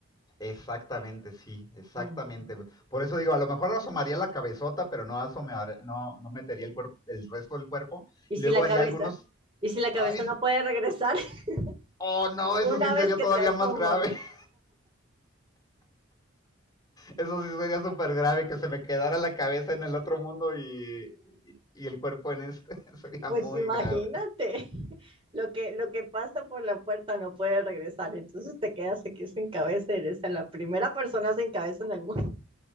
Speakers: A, on the left; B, on the right.
A: Exactamente, sí, exactamente.
B: Mm.
A: Por eso digo, a lo mejor asomaría la cabezota, pero no asomar, no, no metería el cuerpo, el resto del cuerpo.
B: ¿Y
A: Y
B: si
A: luego
B: la
A: haría
B: cabeza?
A: algunos.
B: ¿Y si la cabeza
A: ¡Ay!
B: no puede regresar <laughs>
A: Oh no, eso
B: una
A: sí sería
B: vez que
A: todavía
B: te asomas?
A: más grave. <laughs> Eso sí sería súper grave que se me quedara la cabeza en el otro mundo y, y, y el cuerpo en este. <laughs> Sería
B: Pues
A: muy
B: imagínate,
A: grave.
B: <laughs> lo que, lo que pasa por la puerta no puede regresar, entonces te quedas aquí sin cabeza, eres la primera persona sin cabeza en el mundo.